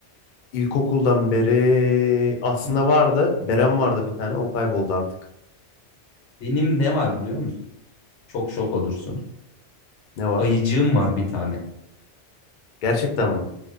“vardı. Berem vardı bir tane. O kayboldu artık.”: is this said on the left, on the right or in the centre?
Left